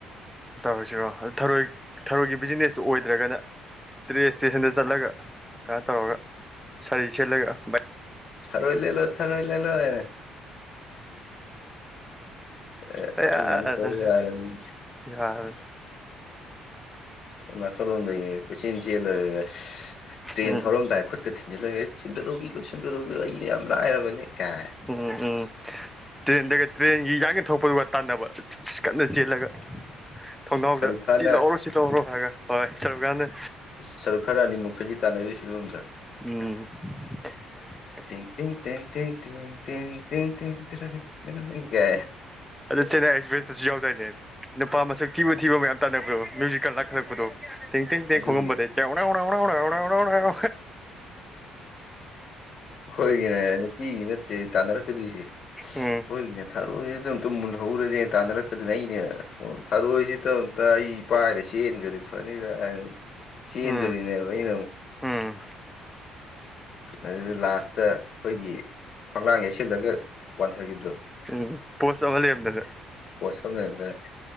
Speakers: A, in the centre; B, on the left.
A: ꯇꯧꯔꯁꯤꯔꯣ ꯊꯔꯣꯏ ꯊꯔꯣꯏꯒꯤ ꯕꯤꯖꯤꯅꯦꯁꯇꯨ ꯑꯣꯏꯗ꯭ꯔꯒꯅ ꯇ꯭ꯔꯦ ꯏꯁꯇꯦꯁꯟꯗ ꯆꯠꯂꯒ ꯀꯩꯅꯣ ꯇꯧꯔꯒ ꯁꯥꯔꯤ ꯁꯦꯠꯂꯒ ꯕꯥꯏ
B: ꯊꯔꯣꯏ ꯂ ꯂꯣ ꯊꯔꯣꯏ ꯂ ꯂꯣꯅꯦ ꯑꯦ ꯑꯗꯨꯃꯥꯏꯅ
A: ꯌꯥꯔꯦ
B: ꯇꯧ ꯌꯥꯔꯅꯤ
A: ꯌꯥꯔꯦ
B: ꯑꯔꯨꯅꯥꯁꯜ ꯂꯣꯝꯗꯒꯤ ꯀꯣꯏꯆꯦꯟ ꯆꯦꯜꯂꯒ ꯇ꯭ꯔꯦꯟ
A: ꯎꯝ
B: ꯊꯧꯔꯝꯗꯥꯏ ꯈꯨꯠꯀ ꯜꯂꯒꯦ ꯁꯟꯗ ꯂꯧꯕꯤꯌꯣ ꯁꯨꯝꯗ ꯂꯧꯕꯤꯌꯣ ꯑꯩ ꯌꯥꯝ ꯂꯥꯏꯔꯕꯅꯤ ꯀꯥꯏ
A: ꯎꯝ ꯎꯝ ꯎꯝ ꯇ꯭ꯔꯦꯟꯗꯒ ꯇ꯭ꯔꯦꯟꯒꯤ ꯌꯥꯡꯒꯤ ꯊꯣꯛꯄꯗꯨꯒ ꯇꯥꯟꯅꯕ ꯀꯟꯅ ꯆꯦꯜꯂꯒ ꯊꯣꯡꯅꯥꯎꯗ
B: ꯁꯔꯨꯛ ꯈꯥꯟꯅ
A: ꯆꯤ ꯂꯧꯎꯔꯣ ꯆꯤꯠ ꯂꯧꯎꯔꯣ ꯍꯥꯏꯔꯒ ꯍꯣꯏ ꯁꯔꯨꯀꯥꯟꯗ
B: ꯁꯔꯨꯛ ꯈꯔꯥꯅꯤ ꯃꯨꯛꯈꯖꯤ ꯇꯥꯟꯅꯔꯤꯕ ꯐꯤꯕꯝꯗ
A: ꯎꯝ <inaudible>
B: ꯊ ꯊ ꯊ ꯊ ꯊ ꯊ ꯊ ꯊꯔꯅꯤꯔ
A: ꯑꯗꯨ ꯆꯦꯟꯅꯥꯏ ꯑꯦꯛꯁꯄ꯭ꯔꯦꯁꯇꯁꯨ ꯌꯥꯎꯗꯏꯅꯦ ꯅꯨꯄꯥ ꯃꯁꯛ ꯊꯤꯕ ꯊꯤꯕ ꯃꯌꯥꯝ ꯂꯥꯛꯈꯂꯛ ꯊ ꯊꯦꯡꯣꯡꯗ
B: ꯑꯗꯨꯒꯤ
A: ꯅ
B: ꯑꯩꯣꯏꯒꯤꯅꯦ ꯅꯨꯄꯤꯒꯤ ꯅꯠꯇꯦ ꯇꯥꯟꯅꯔꯛꯀꯗꯣꯏꯁꯦ
A: ꯎꯝ
B: ꯑꯩꯣꯏꯒꯤꯅꯦ ꯊꯥꯔꯣꯏꯁꯤꯗ ꯑꯝꯇ ꯃꯨꯜꯍꯧꯔꯗꯤꯦꯅ ꯇꯥꯟꯅꯔꯛꯀꯗꯅꯦ ꯑꯩꯅꯦ ꯁ ꯊꯥꯔꯣꯏꯁꯤꯗꯝꯇ ꯑꯩ ꯄꯥꯏꯔꯁꯤꯦ ꯆꯦꯟꯈ꯭ꯔꯗꯤꯦ ꯐꯅꯤꯗ ꯆꯦꯟꯗꯣꯔꯤꯅꯦꯕ
A: ꯎꯝ
B: ꯑꯩꯅ ꯑꯃꯨꯛ
A: ꯎꯝ
B: ꯑꯗꯨꯗ ꯂꯥꯁꯇ ꯑꯩꯈꯣꯏꯒꯤ ꯐꯪꯂꯥꯡ ꯌꯩꯁꯤꯜꯂꯒ ꯋꯥꯟꯊꯈꯤꯕꯗꯣ
A: ꯎꯝ ꯄꯣꯁꯕ ꯂꯩ ꯌꯥꯝꯝꯗꯒ
B: ꯄꯁꯗꯗ